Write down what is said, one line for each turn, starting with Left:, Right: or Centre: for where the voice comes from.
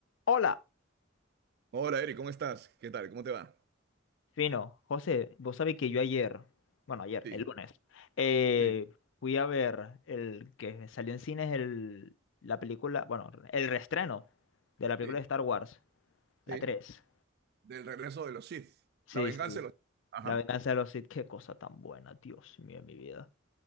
Left: Hola,
Right: Hola, Eric, ¿cómo estás? ¿Qué tal? ¿Cómo te va?
Left: fino. José, vos sabés que yo ayer, bueno, ayer,
Right: Sí,
Left: el lunes, eh,
Right: sí,
Left: fui a ver el que salió en cines el, la película, bueno, el reestreno de la película
Right: sí,
Left: de Star Wars, la
Right: sí.
Left: tres.
Right: Del regreso de los Sith.
Left: Sí,
Right: La venganza
Left: sí.
Right: de los Sith. Ajá.
Left: La venganza de los Sith, qué cosa tan buena, Dios mío, mi vida.